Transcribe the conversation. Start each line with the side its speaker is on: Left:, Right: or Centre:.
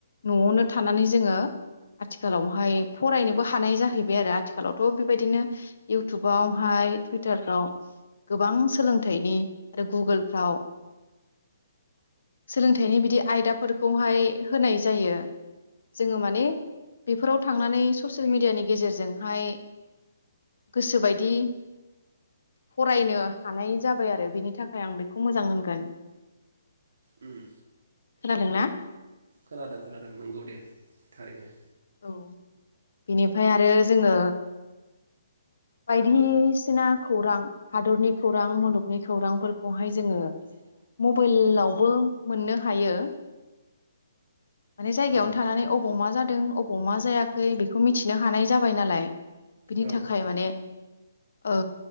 Left: न'आवनो थानानै जोङो आथिखालावहाय फरायनोबो हानाय जाहैयो बाय आरो आथिखालावथ' बेबायदिनो इउटुबावहाय टुइटारफ्राव गोबां सोलोंथाइनि आरो गुगोलफ्राव सोलोंथाइनि बिदि आयदाफोरखौहाय होनाय जायो जोङो माने बेफोराव थांनानै ससियेल मिडियानि गेजेरजोंहाय गोसोबायदि फरायनो हानाय जाबाय आरो बिनि थाखाय आं बेखौ मोजां होनगोन
Right: ओम
Left: खोनादोंना
Right: खोनादों खोनादों नंगौ दे थारैनो
Left: औ बिनिफ्राय आरो जोङो बायदिसिना खौरां हादरनि खौरां मुलुगनि खौरांफोरखौहाय जोङो मबाइलावबो मोननो हायो माने जायगायावनो
Right: औ
Left: थानानै अबाव मा जादों अबाव मा जायाखै बेखौ मिथिनो हानाय जाबाय नालाय बिनि
Right: औ
Left: थाखाय माने ओ